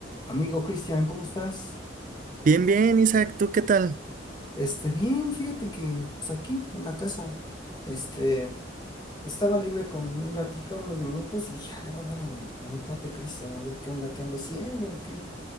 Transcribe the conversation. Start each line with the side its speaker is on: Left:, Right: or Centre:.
Left: Amigo Cristian, ¿cómo estás?
Right: Bien, bien, Isaac, ¿tú qué tal?
Left: Este, bien, fíjate que pues aquí en la casa, este, estaba libre con un ratito, unos minutos y dije, ah, le voy a hablar a mi, a mi cuate Cristian, a ver qué onda, qué anda haciendo, o qué,